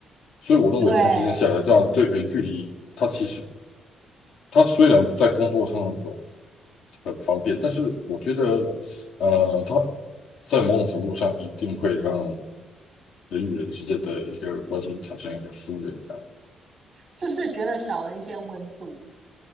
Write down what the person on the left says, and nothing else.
所以我认为长时间下来，
这样对远距离它其实他虽然在工作上有很方便，但是我觉得，呃，他在某种程度上一定会让人与人之间的一个关系产生一个疏远感。